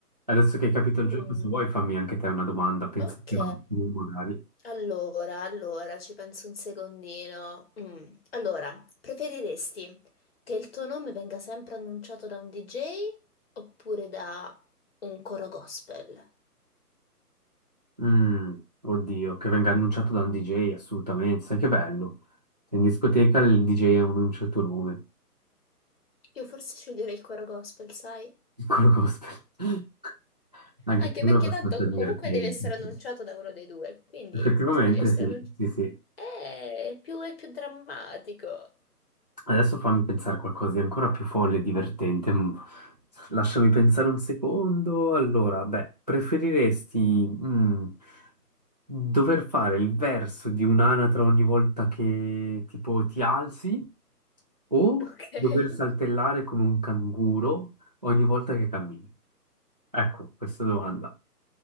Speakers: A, on the right (about 30°); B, on the left (about 40°).
A: Adesso che hai capito
B: <laughs>
A: il
B: Mm.
A: gioco, se vuoi fammi anche te una domanda, pensaci
B: Ok,
A: un attimo, magari.
B: allora, allora, ci penso un secondino. Mm, Allora, preferiresti che il tuo nome venga sempre annunciato da un DJ oppure da un coro gospel?
A: Mm, oddio, che venga annunciato da un DJ, assolutamente, sai che bello. In discoteca il DJ annuncia il tuo nome,
B: Io forse sceglierei il coro gospel, sai?
A: piccolo gospel. <laughs> Anche
B: Anche
A: quello
B: perché
A: è abbastanza
B: tanto comunque
A: divertente.
B: deve essere annunciato da uno dei due, quindi
A: Effettivamente
B: se deve essere
A: sì,
B: annunciato...
A: sì, sì.
B: Eh, più è più drammatico.
A: Adesso fammi pensare qualcosa di ancora più folle e divertente. Mm. Lasciami pensare un secondo. Allora, beh, preferiresti mm, dover fare il verso di un'anatra ogni volta che tipo ti alzi o
B: Ok. <laughs>
A: dover saltellare come un canguro ogni volta che cammini? Ecco, questa domanda.